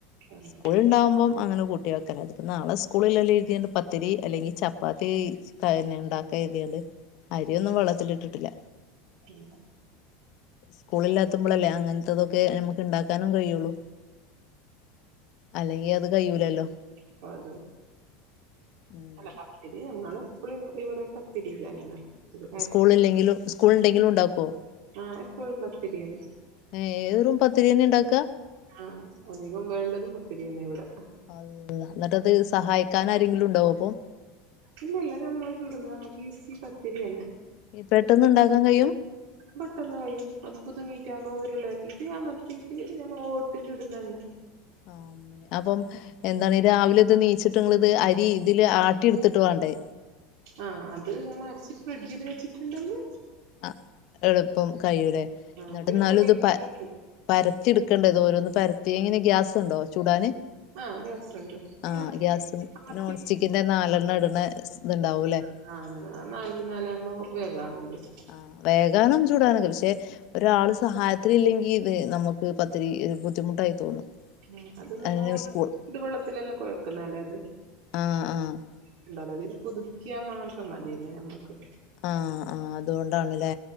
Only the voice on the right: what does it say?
ആഹ്
ഉം
ഉം
പ്പത
അല്ല പത്തിരി ഞങ്ങളെപ്പളും ഇവിടെ പത്തിരി തന്നെ അരച്ച്
ആഹ് എപ്പൊഴും പത്തിരിയന്നെ.
ആഹ് അധികം വേണ്ടതും പത്തിര്യന്നെ ഇവിടെ.
ഇല്ലില്ല നമ്മൾ ചുടുന്നത് നമ്മുക്ക് ഇസി പത്തിരി തന്നെ
പെട്ടെന്ന് കഴിയും അത് <unintelligible> ആകുമ്പോൾ ഉരുള ആക്കിട്ട് അമർത്തിട്ട് ഞമ്മ ഒട്ടിലിടുന്ന തന്നെ
ആഹ് അത് <unintelligible> ഫ്രിഡ്ജിൽ വെച്ചിട്ടുണ്ടെന്ന്.
ആഹ്
പിന്നെ
പൊടിയുണ്ടോ?
ആഹ് ഗ്യാസുണ്ട് നമ്മ
അമർത്തിട്ട്
<unintelligible>
ഉം അത് നിങ്ങൾ
<unintelligible> കൊഴക്കുന്ന അല്ലേ അത്
<unintelligible> പുതുക്കിയാ മാത്രം മതിയല്ലേ നമ്മുക്ക്.